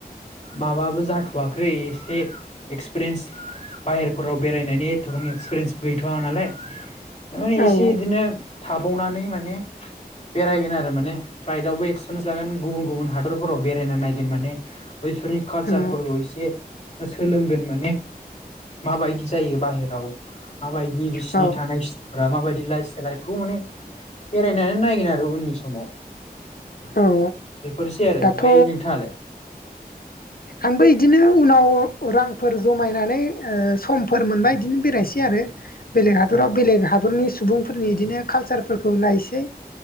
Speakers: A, on the left; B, on the left.
A: माबाबो जाथ'वाखै एसे एक्सपिरियेन्स बाहेर फोराव बेरायनायनि एथबां एक्सपिरियेन्स गैथ'वा नालाय माबानि
B: औ
A: एसे इदिनो थाबावनानै माने बेरायगोन आरो माने फ्लाइटवबो एक्सपिरिेन्स लागोन गुबुन गुबुन हादरफोराव बेरायना नायगोन माने बैफोरनि कालसारफोरखौ
B: औ
A: एसे सोलोंगोन माने माबायदि जायो बाहेराव माबायदि बिसिनि
B: औ
A: थानायफ्रा सिथाइलफ्रा माबायदि लाइफ सिथायलखौ माने बेरायनानै नायगोन आरो उननि समाव
B: औ
A: बेफोरसै आरो
B: दाथ'
A: ओमफ्राय नोंथाङालाय
B: आंबो इदिनो उनाव रांफोर जमायनानै समफोर मोनबाय बिदिनो बेरायनोसै आरो बेलेग हादराव
A: औ औ
B: बेलेग हादरनि सुबुंफोरनि इदिनो कालचारफोरखौ नायसै